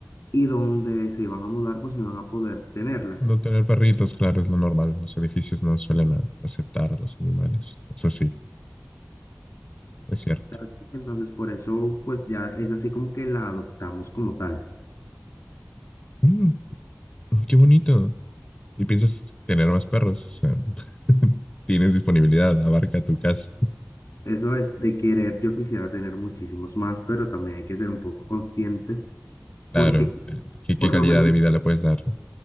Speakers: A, on the left (about 75°); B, on the left (about 25°).
A: y donde se iban a mudar pues no iban a poder tenerla.
B: No tener perritos, claro, es lo normal. Los edificios no suelen a- aceptar a los animales. Eso sí, es cierto.
A: tal, Entonces, por eso, pues ya es así como que la adoptamos como tal.
B: Mm, qué bonito. ¿Y piensas tener más perros? O sea, <laughs> tienes disponibilidad, abarca tu casa.
A: Eso es de querer, yo quisiera tener muchísimos más, pero también hay que ser un poco conscientes
B: Claro,
A: porque
B: ¿qué, qué
A: por
B: calidad
A: lo menos,
B: de vida le puedes dar? ¿no?